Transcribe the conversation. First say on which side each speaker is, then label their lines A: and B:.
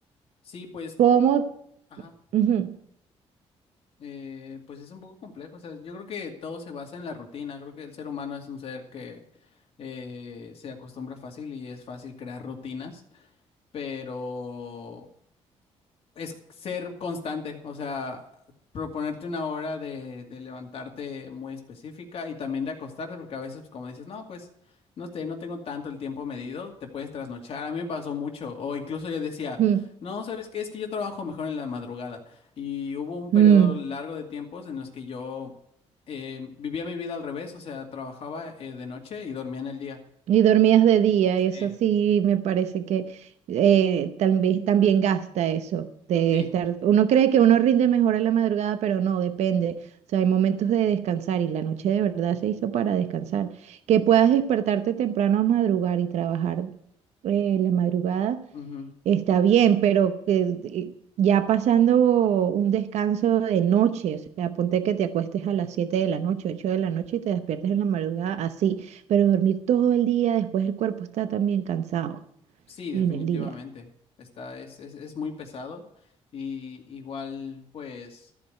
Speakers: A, on the left; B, on the right.
A: Sí, pues,
B: ¿Cómo?
A: po- ajá.
B: Ujú,
A: Eh, pues es un poco complejo. O sea, yo creo que todo se basa en la rutina. Creo que el ser humano es un ser que eh, se acostumbra fácil y es fácil crear rutinas. Pero es ser constante, o sea, proponerte una hora de, de levantarte muy específica y también de acostarte, porque a veces, pues, como dices, no, pues, no sé, no tengo tanto el tiempo medido, te puedes trasnochar, a mí me pasó mucho, o incluso yo decía,
B: ujú,
A: no, ¿sabes qué? Es que yo trabajo mejor en la madrugada, y hubo un periodo
B: mm.
A: largo de tiempos en los que yo eh, vivía mi vida al revés, o sea, trabajaba eh, de noche y dormía en el día.
B: Y dormías de día,
A: Sí.
B: y eso sí me parece que eh, también, también gasta eso de
A: Sí.
B: estar. Uno cree que uno rinde mejor en la madrugada, pero no, depende. O sea, hay momentos de descansar y la noche de verdad se hizo para descansar. Que puedas despertarte temprano a madrugar y trabajar eh, en la madrugada
A: Ujú.
B: Está bien, pero eh, eh, ya pasando un descanso de noche, o sea, ponte que te acuestes a las 7 de la noche, 8 de la noche y te despiertes en la madrugada así, pero dormir todo el día, después el cuerpo está también cansado
A: Sí, definitivamente.
B: en el día.
A: Está, es, es, es muy pesado y igual pues